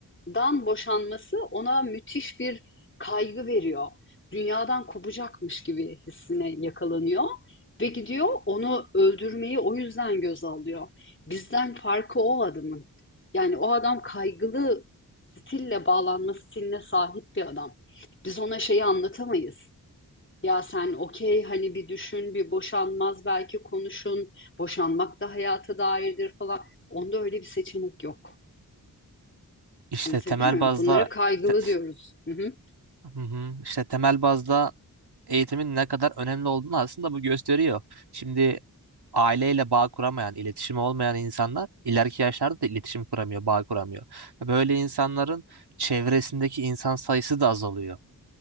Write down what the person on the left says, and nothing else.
dan boşanması ona müthiş bir kaygı veriyor. Dünyadan kopacakmış gibi hissine yakalanıyor ve gidiyor onu öldürmeyi o yüzden göz alıyor. Bizden farkı o adamın. Yani o adam kaygılı stille bağlanma stiline sahip bir adam. Biz ona şeyi anlatamayız. Ya sen okey hani bir düşün bir boşanmaz belki konuşun. Boşanmak da hayata dairdir falan. Onda öyle bir seçenek yok.
Anlatabiliyor
muyum?
Bunlara kaygılı
diyoruz. Hı hı,